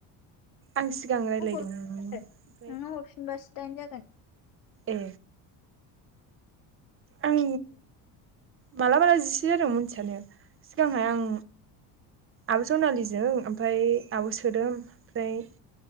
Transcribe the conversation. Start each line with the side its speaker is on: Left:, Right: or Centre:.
Right: आं सिगां रायलायदोंमोन
Left: हर
Right: मोन
Left: नोंनो
Right: ओमफ्राय
Left: हरफिनबासो दाइन जागोन
Right: ए आं मालामाला जिसे जादों मिथियानो सिगांहाय आं आब जनालिजों ओमफ्राय आब सोदोम ओमफ्राय